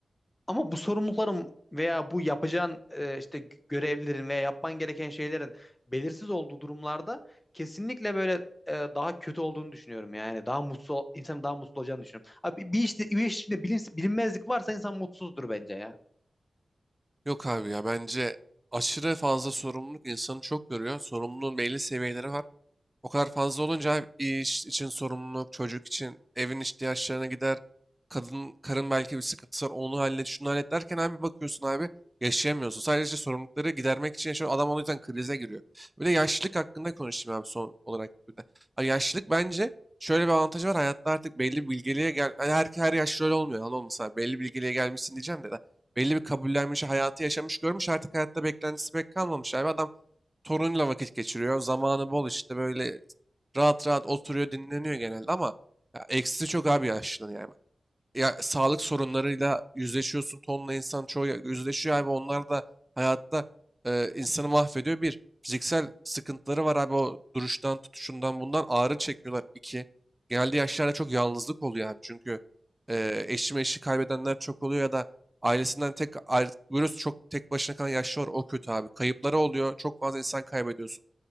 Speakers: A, on the left; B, on the right.
A: Ama bu sorumlulukların veya bu yapacağın e, işte görevlerin veya yapman gereken şeylerin belirsiz olduğu durumlarda kesinlikle böyle e, daha kötü olduğunu düşünüyorum yani. Daha mutsuz ol- insanın daha mutsuz olacağını düşünüyorum. Abi bir işte bir iş içinde bilin- bilinmezlik varsa insan mutsuzdur bence ya.
B: Yok abi ya bence aşırı fazla sorumluluk insanı çok yoruyor. Sorumluluğun belli seviyeleri var. O kadar fazla olunca hem iş için sorumluluk, çocuk için evin ihtiyaçlarına gider. Kadın, karın belki bir sıkıntısı var onu hallet, şunu hallet derken abi bakıyorsun abi yaşayamıyorsun. Sadece işte sorumlulukları gidermek için yaşıyor. Adam o yüzden krize giriyor. Bir de yaşlılık hakkında konuşayım abi son olarak. Bir de. Abi yaşlılık bence şöyle bir avantajı var. Hayatta artık belli bir bilgeliğe gel... Yani her, her yaşlı öyle olmuyor. Anladın mı? Mesela belli bir bilgeliğe gelmişsin diyeceğim de. Belli bir kabullenmiş, hayatı yaşamış, görmüş. Artık hayatta beklentisi pek kalmamış abi. Adam torunuyla vakit geçiriyor. Zamanı bol işte böyle rahat rahat oturuyor dinleniyor genelde ama ya, eksisi çok abi yaşlının yani ya sağlık sorunlarıyla yüzleşiyorsun. Tonla insan çoğu ya- yüzleşiyor abi. Onlar da hayatta e, insanı mahvediyor. Bir, fiziksel sıkıntıları var abi. O duruştan, tutuşundan bundan ağrı çekiyorlar. İki, geldiği yaşlarda çok yalnızlık oluyor abi. Çünkü e, eşi meşi kaybedenler çok oluyor ya da ailesinden tek ayrı, böyle çok tek başına kalan yaşlı var. O kötü abi. Kayıpları oluyor. Çok fazla insan kaybediyorsun.